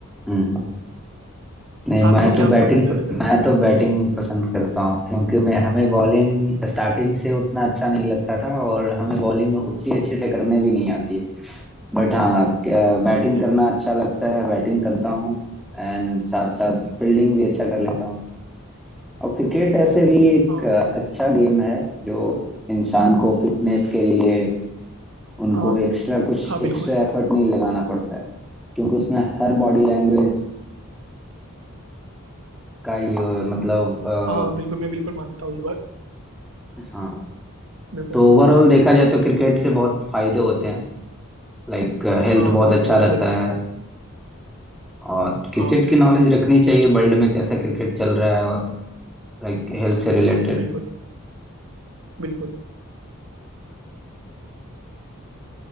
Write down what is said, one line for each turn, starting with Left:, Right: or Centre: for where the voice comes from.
Centre: हम्म। नहीं
Right: आपको
Centre: मैं तो
Right: क्या
Centre: बैटिंग
Right: पसंद है वैसे
Centre: मैं तो बैटिंग पसंद करता हूँ क्योंकि मैं हमें बॉलिंग स्टार्टिंग से उतना अच्छा नहीं लगता था और हमें बॉलिंग उतनी अच्छे से करने भी नहीं आती है बट हाँ बैटिंग
Right: अच्छा
Centre: करना अच्छा लगता है बैटिंग करता हूँ एंड साथ साथ फील्डिंग भी अच्छा कर लेता हूँ और क्रिकेट ऐसे भी एक
Right: हाँ
Centre: अ,
Right: बिल्कुल
Centre: अच्छा गेम है जो इंसान को फिटनेस के लिए उनको
Right: हाँ
Centre: एक्स्ट्रा कुछ
Right: हाँ बिल्कुल
Centre: एक्स्ट्रा एफर्ट नहीं लगाना पड़ता है क्योंकि उसमें हर बॉडी लैंग्वेज का ये मतलब अ,
Right: हाँ बिल्कुल मैं बिल्कुल मानता हूँ ये बात
Centre: हाँ
Right: बिल्कुल
Centre: तो
Right: मानता
Centre: ओवरऑल
Right: हूँ मैं
Centre: देखा जाए तो क्रिकेट से बहुत फायदे होते हैं लाइक हेल्थ
Right: हाँ
Centre: बहुत
Right: हाँ
Centre: अच्छा
Right: बिल्कुल
Centre: रहता है और क्रिकेट
Right: हाँ
Centre: की नॉलेज रखनी चाहिए वर्ल्ड में कैसा क्रिकेट चल रहा है और लाइक हेल्थ से
Right: बिल्कुल
Centre: रिलेटेड
Right: बिल्कुल बिल्कुल